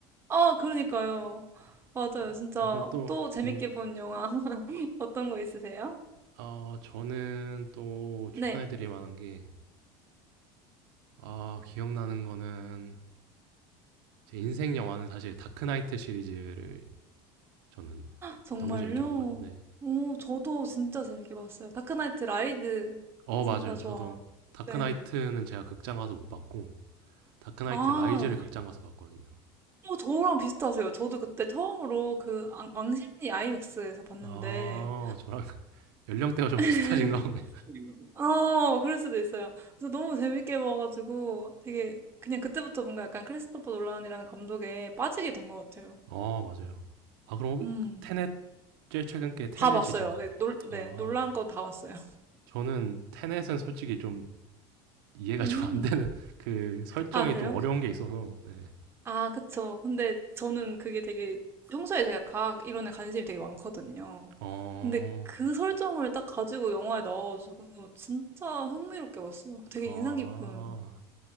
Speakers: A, on the right (about 20°); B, on the right (about 80°).
A: 아 그러니까요. 맞아요.
B: 어,
A: 진짜
B: 어, 그럼 또,
A: 또 재밌게
B: 뭐,
A: 본 영화 <laughs> 어떤 거 있으세요?
B: 아, 저는 또
A: 네.
B: 추천해드릴 만한 게, 아, 기억나는 거는, 제 인생 영화는 사실 다크나이트 시리즈를 저는
A: 정말요?
B: 너무 재밌게 봤거든요. 네.
A: 오, 저도 진짜 재밌게 봤어요. 다크나이트 라이즈
B: 어,
A: 진짜
B: 맞아요.
A: 좋아.
B: 저도 다크나이트는
A: 네.
B: 제가 극장 가서 못 봤고, 다크나이트
A: 아,
B: 라이즈를 극장 가서 봤거든요.
A: 어, 저랑 비슷하세요. 저도 그때 처음으로 그 앙- 왕십리 아이맥스에서 봤는데,
B: 아, 저랑 연령대가 좀 <laughs> 비슷하신가
A: 네. <laughs>
B: 보네.
A: 어, 그럴 수도 있어요. 그래서 너무 재밌게 봐가지고 되게 그냥 그때부터 뭔가 약간 크리스토퍼 놀란이라는 감독에 빠지게 된 것 같아요.
B: 어, 맞아요. 아, 그럼
A: 음,
B: 테넷, 제일 최근 게 테넷이죠?
A: 다 봤어요. 네, 놀,
B: 아,
A: 네, 놀란 건 다 봤어요.
B: 저는 테넷은 솔직히 좀 이해가
A: 음,
B: 좀 안 되는 <laughs> 그 설정이
A: 아, 그래요?
B: 좀 어려운 게 있어서, 네.
A: 아, 그쵸. 근데 저는 그게 되게 평소에 제가 과학 이론에 관심이 되게 많거든요.
B: 어,
A: 근데 그 설정을 딱 가지고 영화에 나와가지고 진짜 흥미롭게 봤어요. 되게
B: 아,
A: 인상 깊은.